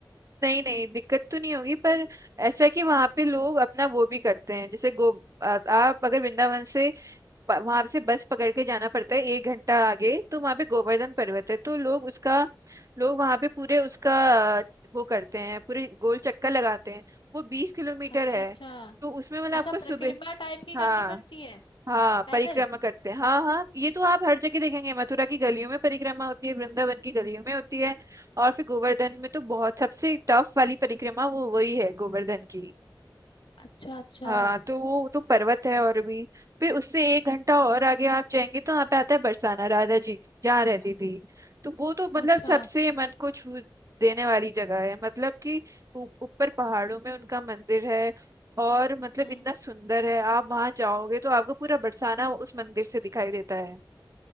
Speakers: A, on the right; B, on the left.
A: नहीं नहीं दिक्कत तो नहीं होगी पर ऐसा है कि वहां पे लोग अपना वो भी करते हैं जैसे गो आ- आप अगर वृंदावन से वहां से बस पकड़ के जाना पड़ता है एक घंटा आगे तो वहां पे गोवर्धन पर्वत है तो लोग उसका लोग वहां पे पूरे उसका अ, वो करते हैं पूरे गोल चक्कर लगाते हैं वो बीस किलोमीटर
B: अच्छा
A: है
B: अच्छा
A: तो उसमें मतलब
B: अच्छा
A: आपको
B: परिक्रमा
A: सुबह
B: टाइप की करनी
A: हाँ
B: पड़ती है
A: हाँ
B: पैदल
A: परिक्रमा करते हैं हाँ हाँ ये तो आप हर जगह देखेंगे मथुरा की गलियों में परिक्रमा होती है वृंदावन की गलियों में होती है और फिर गोवर्धन में तो बहुत सबसे टफ वाली परिक्रमा वो वही है गोवर्धन की
B: अच्छा अच्छा
A: हाँ तो वो तो पर्वत है और भी फिर उससे एक घंटा और आगे आप जाएंगे तो वहाँ पे आता है बरसाना राधा जी जहाँ रहती थी तो वो तो मतलब
B: अच्छा
A: सबसे मन को छू देने वाली जगह है मतलब कि ऊ- ऊपर पहाड़ों में उनका मंदिर है और मतलब
B: हम्म
A: इतना सुंदर है आप वहाँ जाओगे तो आपको पूरा बरसाना उस मंदिर से दिखाई देता है